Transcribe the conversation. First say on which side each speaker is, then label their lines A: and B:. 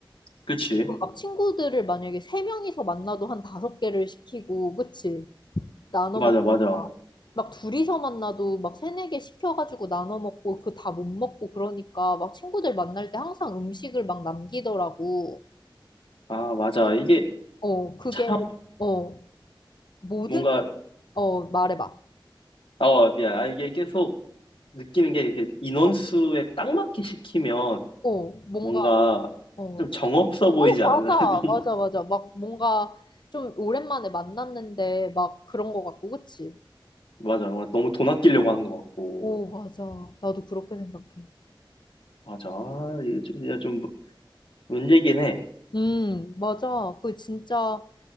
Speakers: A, on the left; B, on the left.
A: 그치?
B: 그럼 막 친구들을 만약에 세 명이서 만나도 한 다섯 개를 시키고, 그치? 나눠
A: 맞아,
B: 먹고
A: 맞아.
B: 막 둘이서 만나도 막 세네 개 시켜가지고 나눠 먹고 그 다 못 먹고 그러니까 막 친구들 만날 때 항상 음식을 막 남기더라고.
A: 아, 맞아. 이게
B: 어, 그게
A: 참
B: 어 모든
A: 뭔가
B: 어 말해봐.
A: 어 미안. 아, 이게 계속 느끼는 게 이게 인원수에
B: 어,
A: 딱 맞게 시키면
B: 어 뭔가
A: 뭔가
B: 어,
A: 좀 정없어 보이지
B: 어 맞아
A: 않아? <laughs> 너무,
B: 맞아 맞아 막 뭔가 좀 오랜만에 만났는데 막 그런 거 같고 그치?
A: 맞아. 뭔가 너무 돈 아끼려고 하는 것 같고.
B: 오 맞아 나도 그렇게 생각해.
A: 맞아. 아, 이게 좀, 이게 좀 문제긴 해.
B: 음 맞아 그 진짜